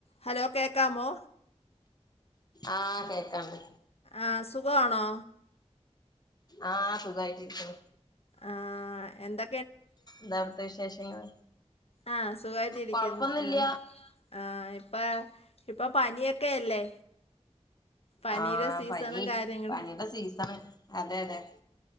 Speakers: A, on the left (about 60°); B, on the left (about 35°).
A: ഹലോ കേക്കാമോ?
B: ആഹ് കേക്കാം കേ
A: ആഹ് സുഖം ണോ
B: ആഹ് സുഖായിട്ടിരിക്കുണു
A: ആഹ് എന്തൊ
B: ന്താ അവിട്തെ വിശേഷങ്ങള്
A: ആഹ് സുഖമായിട്ടിരിക്കുന്ന്
B: കൊഴപ്പൊന്നുല്ല
A: ആഹ് ആഹ് ഇപ്പേ ഇപ്പൊ പനിയൊക്കെ അല്ലേ പനിയുടെ
B: ആഹ്
A: സീസണും
B: പനി
A: കാര്യങ്ങൾ
B: പനിടെ സീസണ് അതെ അതെ